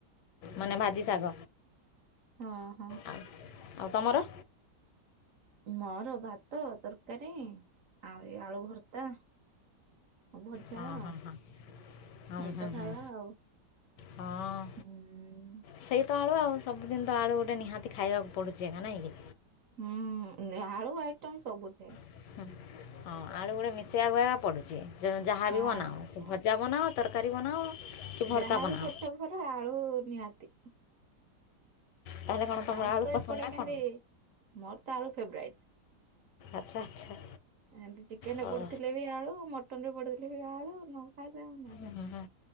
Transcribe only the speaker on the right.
ହଁ ହଁ।
ମୋର ଭାତ ତରକାରୀ ଆଉ ଏଇ ଆଳୁ ଭର୍ତା। ଆଉ ଭଜା
ଆଉ
ଏଇତ
ଖାଇବା
ଆଉ।
ହୁଁ
ହଁ ହୁଁ ଆଳୁ ଆଇଟମ ସବୁଠେ।
ହଁ
ହଁ
ଯାହାବି
କରୁଛ କର ଆଳୁ ନିହାତି।
ଆମର
ତ
ଏପଟେ
କେମିତି
ମୋର ତ ଆଳୁ ଫେବରାଇଟ।
ଏମତି ଚିକେନ
ରେ ପଡିଥିଲେ ବି ଆଳୁ ମଟନ ରେ ପଡିଥିଲେ ବି ଆଳୁ ନ ଖାଇଲେ ନାଇଁ।